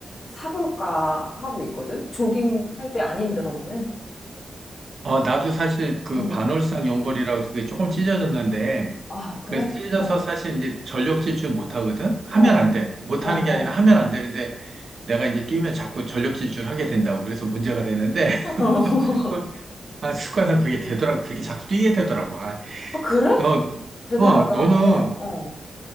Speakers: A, on the left; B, on the right.
A: 사볼까 하고 있거든? 조깅 할 때 안 힘들어, 너는?
B: 어, 나도 사실 그
A: 응.
B: 반월상 연골이라고 해서 그게 조금 찢어졌는데,
A: 아, 그래?
B: 그래서 찢어져서
A: 어,
B: 사실 이제 전력 질주를 못 하거든? 하면
A: 어,
B: 안 돼. 못
A: 어,
B: 하는
A: 어.
B: 게 아니라 하면 안 되는데, 내가 이제 뛰면 자꾸 전력 질주를 하게 된다고. 그래서 문제가 되는데,
A: <laughs> 어.
B: <laughs> 아, 습관상 그게 되더라고. 그렇게 자꾸 뛰게 되더라고. 아,
A: 아, 그래?
B: 어,
A: 대단하다.
B: 어, 너는
A: 어, 어.